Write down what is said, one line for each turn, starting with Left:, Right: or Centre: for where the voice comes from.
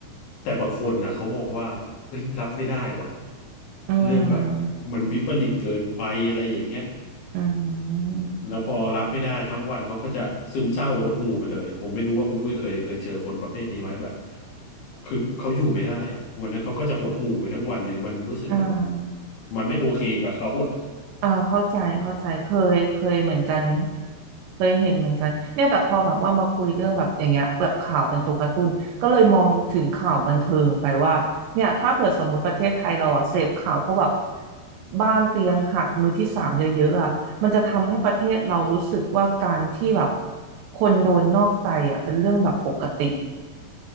Left: แต่บางคนน่ะเขามองว่าเอ้ยรับไม่ได้ว่ะ
Right: อื
Left: เรื่องแบบ
Right: ม
Left: มันวิปริตเกินไปอะไรอย่างเงี้ย
Right: อืม
Left: แล้วพอรับไม่ได้ทั้งวันเขาก็จะซึมเศร้าหดหู่ไปเลยผมไม่รู้ว่าคุณอุ้ยเคยเคยเจอคนประเภทนี้ไหมแบบคือเขาอยู่ไม่ได้อะวันนั้นเขาก็จะหดหู่ไปทั้งวันเลยมันรู้สึกมัน
Right: อ่า
Left: มันไม่โอเคกับเขาอะ
Right: อ่าเข้าใจเข้าใจเคยเคยเหมือนกันเคยเห็นเหมือนกันเนี่ยแต่พอแบบว่ามาคุยเรื่องแบบอย่างเงี้ยแบบข่าวเป็นตัวการ์ตูนก็เลยมองถึงข่าวบันเทิงไปว่าเนี่ยถ้าเผื่อสมมติประเทศไทยเราอะเสพข่าวเพราะแบบบ้านเตียงหักมือที่สามเยอะๆอะมันจะทำให้ประเทศเรารู้สึกว่าการที่แบบคนโดนนอกใจอะเป็นเรื่องแบบปกติ